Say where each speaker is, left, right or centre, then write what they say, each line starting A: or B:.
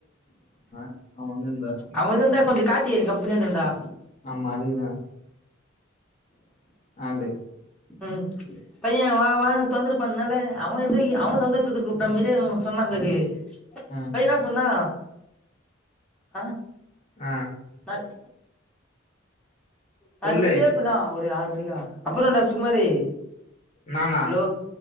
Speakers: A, on the left; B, in the centre.
A: <unintelligible> அவே வந்துருந்தா
B: அவே வந்துருந்தா கொஞ்சோ கார்த்தி எனக் கம்பெனி வந்துருடா
A: ஆமா அதுக்குதா அப்டி
B: ம் பையே வா வானு தொந்த்ர பண்னால அவே எதோ அவே சந்தோஷத்துக்கு கூப்ட்ட மாரி சொன்னா பாரு
A: ஆ
B: பயதா சொன்னா ஆ
A: ஆ
B: <unintelligible> நாளைக்கு
A: சொல்லு
B: வந்து ஏழுப்புண்ணா ஒரு ஆறு மணிக்கா அப்புறம்டா சுகுமார
A: நானா
B: ஹலோ